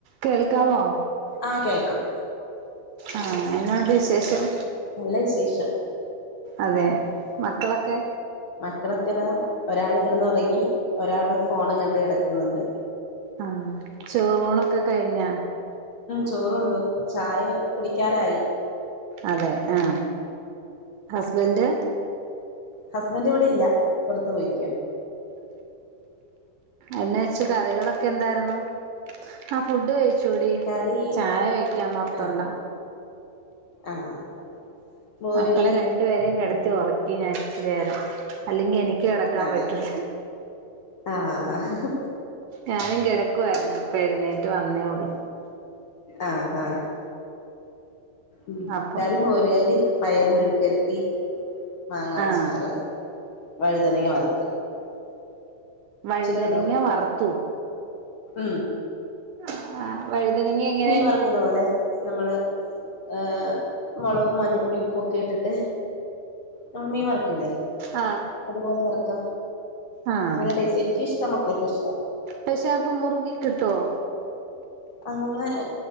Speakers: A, on the right; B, on the left.
A: കേൾക്കാമോ?
B: ആഹ് കേൾക്കാം
A: ആഹ് എന്നോണ്ട് വിശേഷം?
B: നല്ല വിശേഷം
A: അതെ മക്കളൊക്കെ
B: ക്കളൊക്കതാ ഒരാള് കിടന്നുറങ്ങി ഒരാള് ഫോണും കണ്ട് കിടക്കുന്നുണ്ട്
A: ആഹ് ചോറൂണൊക്കെ കഴിഞ്ഞാ
B: ചോറുണ്ടൂ ചായ കുടിക്കാറായി
A: അതെ ആ ഹസ്ബൻഡ്?
B: ഹസ്ബൻഡ് ഇവിടെ ഇല്ല പുറത്തു പോയിരിക്ക്യ
A: എന്ന വെച്ച കറികളൊക്കെ എന്തായിരുന്നു ആ ഫുഡ് കഴിച്ചൂടീ
B: കറി
A: ചായ വക്കാന്നോർത്തണ്ടാ
B: ആഹ് ആഹ് മോര്
A: മക്കളെ
B: കറി
A: രണ്ടുപേരെയും കിടത്തി
B: ഉം
A: ഒറക്കി ഞാൻ <unintelligible> അല്ലെങ്കി എനിക്ക് കെടക്കാൻ
B: അതെയോ
A: പറ്റൂല
B: ആഹ്
A: ഞാനും കിടക്കു ആയിരുന്നു ഇപ്പ എഴുന്നേറ്റ് വന്നേ ഒള്ളു
B: ആ ആ ഉം
A: അപ്പം
B: കറി മോരു കറി പയറ് മെഴുക്കൊരട്ടി മാങ്ങാച്ചാറ്
A: ആഹ്
B: വഴുതനങ്ങെ വറ
A: വഴുതനങ്ങ
B: ഉണ്ടോ
A: വറുത്തു
B: ഉം
A: <unintelligible> വഴുതനങ്ങ എങ്ങനെ
B: മീൻ വറക്കുന്ന പോലെ നമ്മള് ആ മൊളവും മഞ്ഞപ്പൊടിയും ഉപ്പൊക്കെ ഇട്ടിട്ട് നമ്മൾ മീൻ വറക്കില്ലേ
A: ആ
B: അതുപോലെ വറക്കാം
A: ആഹ്
B: നല്ല ടേസ്റ്റ് എനിക്ക് ഇഷ്ടാ മക്കൾക്കും ഇഷ്
A: പക്ഷെ അപ്പൊ മുറുകി കിട്ടുവോ
B: അങ്ങനെ